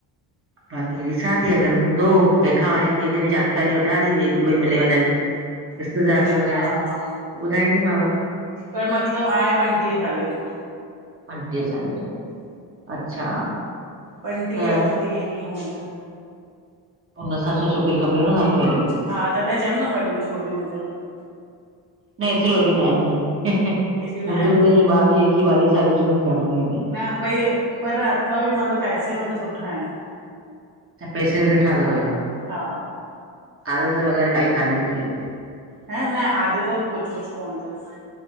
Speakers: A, on the right; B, on the right.
A: हम <inaudible> बाक़ी ॾिसां थी अगरि हूंदो कंहिंखां वरी कंहिंखे बि जानकारी वठां थी ॿिए बि कोई मिली वञनि। रिश्तेदार
B: हा
A: में वग़ैरह ॿुधाईंदीमांव
B: पर मतिलबु आहे पंटीहें साले जो।
A: पंटीह साल जो अच्छा
B: पंटीह
A: त
B: अठटीह ईअं ई हूंदो
A: उन हिसाब सां छोकिरी खपेव आहे <unintelligible> वरी पो।
B: हा तॾहिं चयमि न वॾियूं छोरियूं हुजनि।
A: न एतिरि वॾियूं न आहिन भई हूंदियूं
B: एॾियूं न आहिनि
A: त ईअ ॿावीह एकवीह ॿावीहें साले जूं आहिन कालोनीअ में।
B: न भई पर अथव बि मतलबु पैसे में त सुठा आहिन
A: त पैसे बि सुठा अथव
B: हा
A: आदत वग़ैरह काई काननि की
B: ह न आदत ब कुछ- कुछ कोन थस